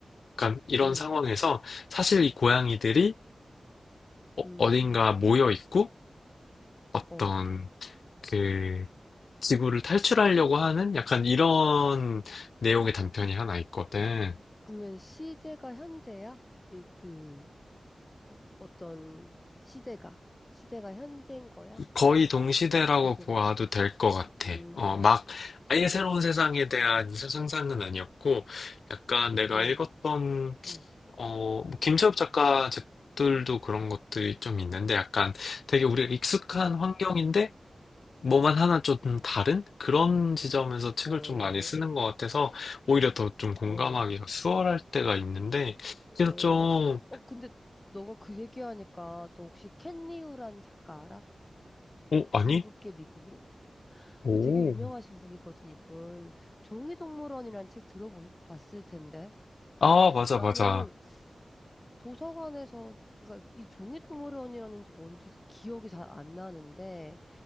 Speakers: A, on the left; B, on the left.
A: 약간 이런
B: 음,
A: 상황에서 사실 이 고양이들이
B: 음,
A: 어, 딘가 모여 있고 어떤
B: 어.
A: 그 지구를 탈출하려고 하는 약간 이런 내용의 단편이 하나 있거든.
B: 그러면 시제가 현재야? 이 그, 어떤 시대가, 시대가 현재인 거야?
A: 거의 동시대라고
B: 지금.
A: 봐도 될 것 같아.
B: 음,
A: 어, 막 아예
B: 그렇구나.
A: 새로운 세상에 대한
B: 음,
A: 상상은 아니었고, 약간 내가
B: 음,
A: 읽었던
B: 음,
A: 어, 뭐 김철업 작가 책들도 그런 것들이 좀 있는데 약간 되게 우리가 익숙한
B: 음.
A: 환경인데 뭐만 하나 좀 다른 그런 지점에서 책을
B: 어,
A: 좀 많이 쓰는 것 같아서 오히려 더 좀 공감하기가
B: 어,
A: 수월할 때가 있는데
B: 어.
A: 그래서 좀,
B: 어, 근데 너가 그 얘기하니까 너 혹시 켄 리우라는 작가 알아?
A: 오, 아니?
B: 중국계 미국인.
A: 오.
B: 어, 되게 유명하신 분이거든, 이분. 종이동물원이라는 책 들어봤을 텐데.
A: 아, 맞아,
B: 나는
A: 맞아.
B: 도서관에서 그러니까 이 종이동물원이었는지 뭔지 기억이 잘 안 나는데